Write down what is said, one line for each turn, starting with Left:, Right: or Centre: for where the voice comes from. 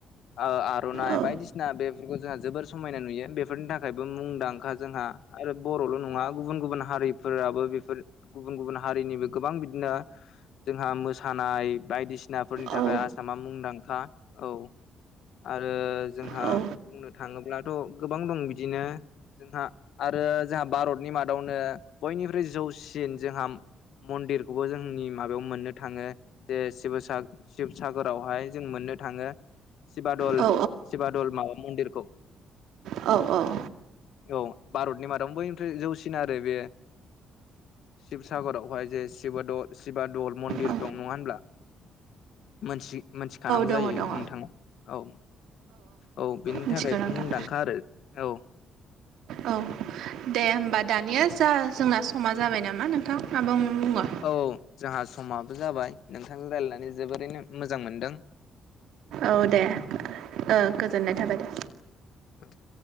Left: ओ आरनाइ
Right: औ
Left: बायदिसिना बेफोरखौ जोंहा जोबोर समायना नुयो बेफोरनि थाखायबो मुंदांखा जोंहा आरो बर ल नङा गुबुन गुबुन हारिफोराबो बेफोर गुबुन गुबुन हारिनिबो गोबां बिदिनो जोंहा मोसानाय बायदिसिनाफोरनि थाखाय
Right: औ
Left: आसामा मुंदां खा औ आरो जोंहा
Right: औ
Left: बुंनो थाङोब्लाथ गोबां दं बिदिनो जोंहा आरो जोंहा भारतनि मादावनो बयनिख्रुइ जौसिन जोंहा मन्दिरखौबो जों जोंनि माबायाव मोननो थाङो जे शिबसा शिबसागरावहाय जों मोननो थाङो सिशबादल
Right: औ
Left: सिबादल माबा मन्दिरखौ
Right: लांदां
Left: औ भारतनि मादाव बयनिफ्राय जौसिन आरो बे शबसागरावहाय जे शब दल सिबा दल मन्दिर
Right: औ
Left: दं नङा होनब्ला मोनसे मोनथिखानांगौ
Right: दङ
Left: जायो
Right: दङ
Left: नोंथां औ औ बेनि
Right: मिथिगौ
Left: थाखाय
Right: नोंथां
Left: मुंदांखा आरो औ
Right: औ दे होमबा दानिया जा जोंना समा जाबाय नामा नोंथां आबुं बुङो?
Left: औ जोहा समाबो जाबाय नोंथांजों रायजल्लायनानै जोबोरैनो मोजां मोनदों
Right: औ दे ओ गोजोननाय थाबाय दे
Left: लांदां